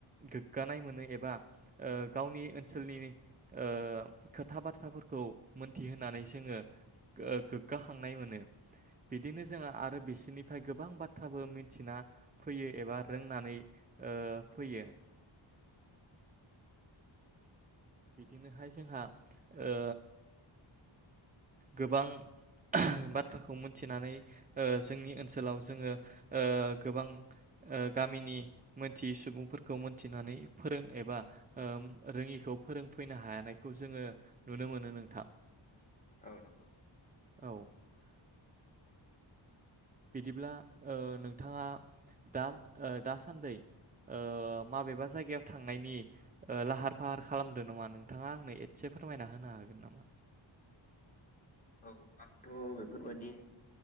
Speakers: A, on the right; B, on the left.
A: गोग्गानाय मोनो एबा ओ गावनि ओनसोलनि ओ खोथा बाथ्राफोरखौ मोनथिहोनानै जोङो गोग्गाखांनाय मोनो। बिदिनो जोंहा आरो बिसोरनिफ्राय गोबां बाथ्राबो मिथिना फैयो एबा रोंनानै ओ फैयो। बिदिनोहाय जोंहा ओ गोबां बाथ्राखौ मोनथिनानै ओ जोंनि ओनसोलाव जोङो ओ गोबां ओ गामिनि मोनथियै सुबुंफोरखौ मोनथिनानै फोरों एबा ओ रोङिखौ फोरोंफैनो हानायखौ जोङो नुनो मोनो नोंथां।
B: औ नंगौ।
A: <unintelligible> बिदिब्ला ओ नोंथाङा दा दासान्दै ओ माबेबा जायगायाव थांनायनि लाहार ओ फाहार खालामदों नामा नोंथाङा आंनो एसे फोरमायना होनो हागोन नामा?
B: औ आंथ' बेफोरबायदि